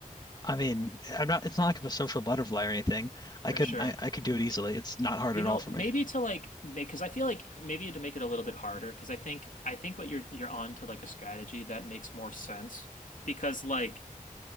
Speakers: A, on the left (about 30°); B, on the left (about 65°).
A: I mean, I'm not, it's not like I'm a social butterfly or anything. I
B: for
A: could,
B: sure.
A: I, I could do it easily.
B: You know,
A: It's not hard
B: you
A: at
B: know,
A: all for
B: maybe
A: me.
B: to like make because I feel like maybe to make it a little bit harder because I think I think what you're you're on to like a strategy that makes more sense because like